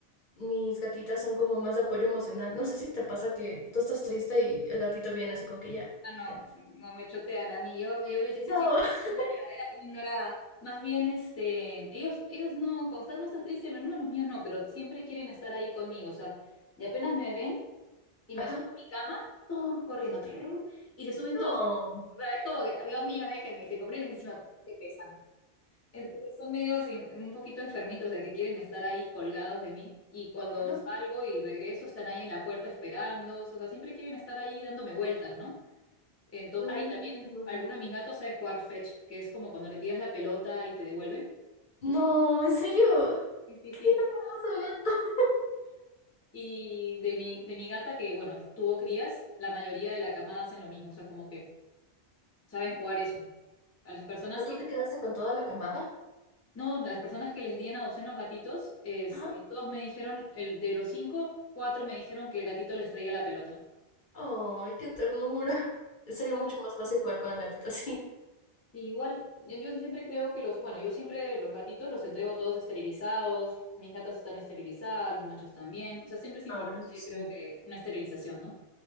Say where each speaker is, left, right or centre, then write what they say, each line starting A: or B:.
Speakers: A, on the left; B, on the left.
A: mis gatitas son como más de apoyo emocional. No sé si te pasa que tú estás triste y el gatito viene así como que ya,
B: Ah, no,
A: ya.
B: no me chotean a mí. Yo, yo, yo sí- sí
A: No.
B: estoy
A: <laughs>
B: en la lloradera ignorada. Más bien, este, ellos, ellos no, cuando están, no estás triste, al menos los míos no, pero siempre quieren estar ahí conmigo. O sea, y apenas me ven y
A: Ajá.
B: me subo a mi cama, todos corriendo, trrr, y se suben
A: No.
B: todos. O sea, es como que, Dios mío, déjenme, y se me ponen encima, que pesan. Entonces son medios en- un poquito enfermitos de que quieren estar ahí colgados de mí. Y cuando
A: Ajá.
B: salgo y regreso, están ahí en la puerta esperando. O sea, siempre quieren estar ahí dándome vueltas, ¿no? Entonces,
A: No, no,
B: ah, y también
A: no se botan.
B: alguno de mis gatos sabe jugar fetch, que es como cuando le tiras la pelota y te devuelven.
A: No, ¿en serio?
B: Sí, sí,
A: ¡Qué
B: sí,
A: hermoso
B: me encanta.
A: gato! O
B: Y de mi, de mi gata, que bueno, t- tuvo crías, la mayoría de la camada hacen lo mismo, o sea, como que saben jugar eso. A las personas
A: sea, ¿Tú
B: que...
A: te quedaste con toda la camada?
B: No, las personas que les di en adopción los gatitos, este,
A: Ajá.
B: todos me dijeron, el, de los cinco, cuatro me dijeron que el gatito les traía la pelota.
A: ¡Ay, qué ternura! <laughs> Sería mucho más fácil jugar con el gatito así.
B: Sí, Igual, yo, yo siempre creo que los, bueno, yo siempre los gatitos los entrego todos esterilizados, mis gatas están esterilizadas, los machos también, o sea, siempre es importante,
A: Ah, bueno, eso
B: yo
A: sí.
B: creo que una esterilización, ¿no?